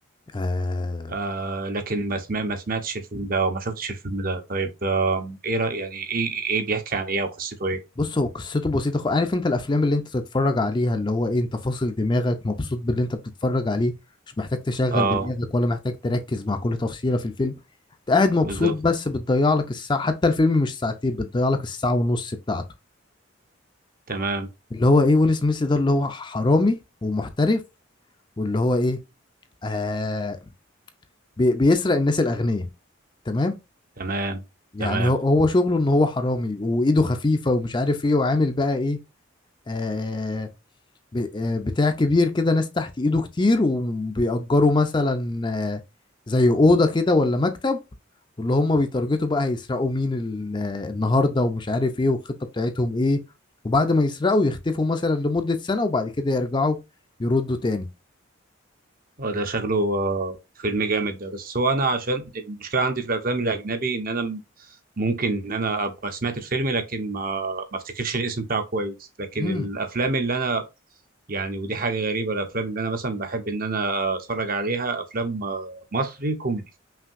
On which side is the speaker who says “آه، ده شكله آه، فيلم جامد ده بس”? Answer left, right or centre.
Right